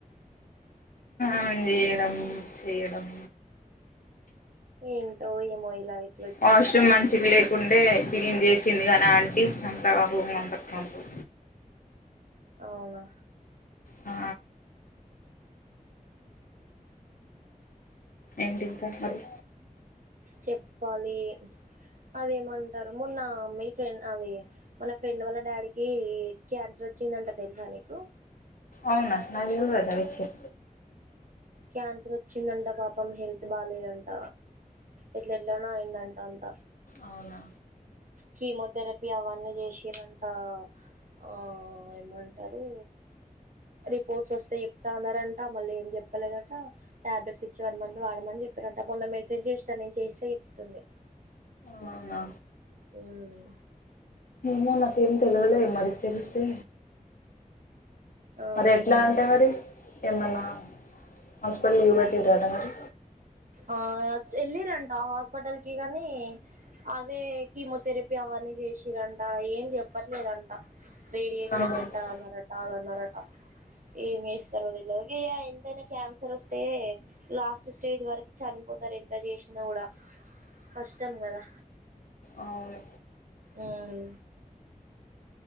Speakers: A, on the left (about 70°); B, on the right (about 65°).
A: ఆన్ చేయడం చేయడం.
B: ఏంటో ఏమో ఇలాయిత్
A: వాష్రూము మంచిగ లేకుంటే? క్లీన్ చేసింది కానీ ఆంటీ, అంత రూమంత కంపు.
B: అవునా!
A: ఆ ఏంటి ఇంకా మరి?
B: చెప్పాలి, అదేమంటారు మొన్న మీ ఫ్రెండ్ అది మన ఫ్రెండ్ వాళ్ళ డాడీకి, క్యాన్సర్ వచ్చిందంట తెలుసా నీకు?
A: అవునా? నాకు తెల్వదు ఆ విషయం.
B: క్యాన్సర్ వచ్చిందంట పాపం, హెల్త్ బాలేదంట. ఎట్లేట్లనో అయిండట్
A: అవునా
B: కీమోథెరపీ అవన్నీ చేసిర్రంట. ఆ ఏమంటరు రిపోర్ట్స్ వస్తే చెప్తాన్నారంట, మళ్ళీ ఏం చెప్ చెప్పలేదట, టాబ్లెట్స్ ఇచ్చి వన్ మంత్ వాడమని చెప్పిరంట మొన్న మెసేజ్ చేస్నా నేను చేస్తే చెప్తుంది.
A: అవునా
B: ఉమ్
A: మో నాకేం తేల్వలే మరి తెలుస్తే
B: ఆ
A: మరి ఎట్లా అంటే మరి? ఏమన్నా? హాస్పిటల్ల చూపెట్టిరా అంట మరి?
B: ఆ ఎల్లిరంట హాస్పిటల్ కి కాని, అదే కీమోథెరపీ అవన్నీ చేసిరంట. ఏం చెప్పట్లేదంట, రేడియేషన్
A: ఆహా
B: పెట్టాలన్నరట, అదన్నారట. ఏమి చేస్తరో తెల్వదు. ఇగ ఎంతైనా క్యాన్సర్ వస్తే, లాస్ట్ స్టేజ్ వరకు చనిపోతరు ఎంత చేసినా కూడా, కష్టం కదా?
A: అవును
B: ఉమ్